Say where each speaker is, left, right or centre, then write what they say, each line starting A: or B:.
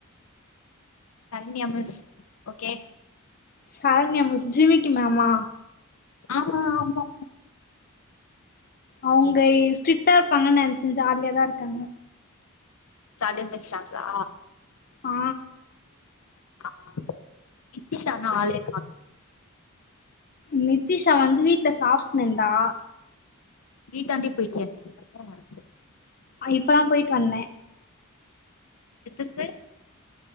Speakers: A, on the left; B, on the left.
A: Saranya miss okay
B: Saranya miss ஜிமிக்கு மேம்மா.
A: ஆம்மா ஆமாம்மா
B: அவுங்க ஸ்ட்ரிக்டா இருப்பாங்கன்னு நெனச்ச ஜாலியா தா இருக்காங்க
A: ஜாலியா பேசுறாங்களா
B: ஆ
A: ஆ இத்திஷானா ஆளயே காணா
B: நித்திஷா வந்து வீட்டுல சாப்டுன்னு இருந்தா
A: வீட்டாண்டே போயிட்டியா நீயு
B: ஆ இப்பதா போயிட்டு வந்த
A: எதுக்கு